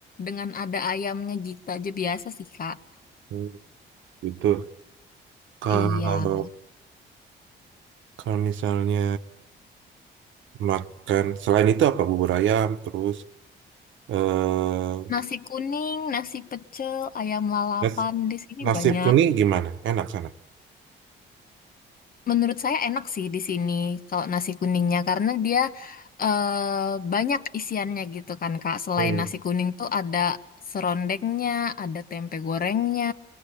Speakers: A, on the left (about 45°); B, on the right (about 75°).
A: dengan ada ayamnya gitu aja biasa sih, Kak.
B: oh, gitu. Kalau
A: Iya.
B: kalau misalnya makan selain itu apa bubur ayam terus eh
A: Nasi kuning, nasi pecel, ayam lalapan
B: nas-
A: di sini
B: nasi
A: banyak.
B: kuning gimana? Enak sana.
A: Menurut saya enak sih di sini kalau nasi kuningnya karena dia eh, banyak isiannya gitu kan Kak. Selain
B: Hmm.
A: nasi kuning tuh ada serondengnya, ada tempe gorengnya,